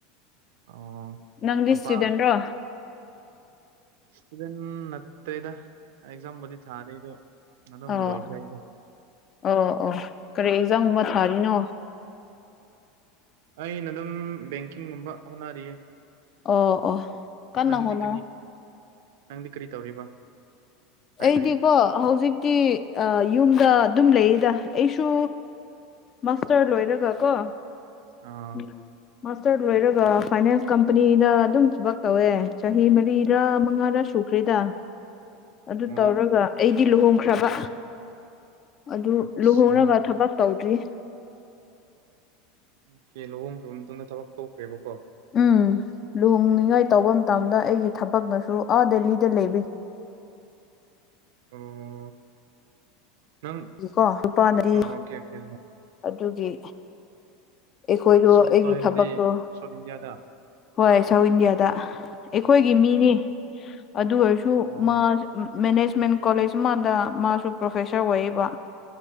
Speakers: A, on the right (about 75°); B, on the left (about 40°).
A: ꯑꯣ
B: ꯅꯪꯗꯤ
A: ꯅꯨꯄꯥ
B: ꯁ꯭ꯇꯨꯗꯦꯟꯔꯣ
A: ꯁ꯭ꯇꯨꯗꯦꯟ ꯅꯠꯇꯦꯗꯥ ꯑꯦꯛꯖꯥꯝ ꯕꯨꯗꯤ ꯊꯥꯔꯤ ꯑꯗꯣ ꯑꯗꯨꯝ
B: ꯑꯣ
A: ꯂꯣꯏꯈ꯭ꯔꯦ ꯑꯩꯗꯣ
B: ꯑꯣ ꯑꯣ ꯀꯔꯤ ꯑꯦꯛꯖꯥꯝꯒꯨꯝꯕ ꯊꯥꯔꯤꯅꯣ
A: ꯑꯩꯅ ꯑꯗꯨꯝ ꯕꯦꯡꯀꯤꯡꯒꯨꯝꯕ ꯍꯣꯠꯅꯔꯤꯌꯦ
B: ꯑꯣ ꯑꯣ ꯀꯟꯅ
A: ꯅꯪꯗꯤ
B: ꯍꯣꯠꯅꯧ
A: ꯀꯔꯤ ꯅꯪꯗꯤ ꯀꯔꯤ ꯇꯧꯔꯤꯕ ꯍꯥꯏꯕꯗꯤ
B: ꯑꯩꯗꯤꯀꯣ ꯍꯧꯖꯤꯛꯇꯤ ꯑ ꯌꯨꯝꯗ ꯑꯗꯨꯝ ꯂꯩꯌꯦꯗ ꯑꯩꯁꯨ ꯃꯥꯁꯇꯔ ꯂꯣꯏꯔꯒ ꯀꯣ
A: ꯑ
B: <unintelligible> ꯃꯥꯁꯇꯔ ꯂꯣꯏꯔꯒ ꯐꯥꯏꯅꯥꯟꯁ ꯀꯝꯄꯅꯤꯗ ꯑꯗꯨꯝ ꯊꯕꯛ ꯇꯧꯋꯦ ꯆꯍꯤ ꯃꯔꯤꯔ ꯃꯉꯥꯔ ꯁꯨ__ ꯈ꯭ꯔꯦꯗꯥ
A: <inaudible>
B: ꯑꯗꯨ
A: ꯑꯣ
B: ꯇꯧꯔꯒ ꯑꯩꯗꯤ ꯂꯨꯍꯣꯡꯈ꯭ꯔꯕ ꯑꯗꯨ
A: ꯑꯠꯁꯥ
B: ꯂꯨꯍꯣꯡꯔꯒ ꯊꯕꯛ ꯇꯧꯗ꯭ꯔꯤ
A: ꯑꯣ ꯀꯦ ꯂꯨꯍꯣꯡꯈ꯭ꯔꯕ ꯃꯇꯨꯡꯗ ꯊꯕꯛ ꯇꯧꯈ꯭ꯔꯦꯕꯀꯣ
B: ꯎꯝ ꯂꯨꯍꯅꯤꯉꯥꯏ ꯇꯧꯕ ꯃꯇꯝꯗ ꯑꯩꯒꯤ ꯊꯕꯛꯅꯁꯨ ꯑꯥ ꯗꯦꯜꯂꯤꯗ ꯂꯩꯕꯒꯤ
A: ꯑꯣ ꯅꯪ
B: ꯂꯩꯕꯒꯤꯀꯣ ꯅꯨꯄꯥꯅꯗꯤ
A: ꯑ ꯑꯣꯀꯦ ꯑꯣꯀꯦ
B: ꯑꯗꯨꯒꯤ ꯑꯩꯈꯣꯏꯗꯣ
A: ꯁꯥꯎꯠꯇ
B: ꯑꯩꯒꯤ
A: ꯍꯥꯏꯕꯗꯤ
B: ꯊꯕꯛꯇꯣ
A: ꯁꯥꯎꯠ ꯏꯟꯗꯤꯌꯥꯗ
B: ꯍꯣꯏ ꯁꯥꯎꯠ ꯏꯟꯗꯤꯌꯥꯗ ꯑꯩꯈꯣꯏꯒꯤ ꯃꯤꯅꯤ ꯑꯗꯨ ꯑꯣꯏꯔꯁꯨ
A: ꯑꯣ
B: ꯃꯥ ꯃꯦꯅꯦꯖꯃꯦꯟ ꯀꯣꯂꯦꯖ ꯑꯃꯗ ꯃꯥꯁꯨ ꯄ꯭ꯔꯣꯐꯦꯁꯔ ꯑꯣꯏꯌꯦꯕ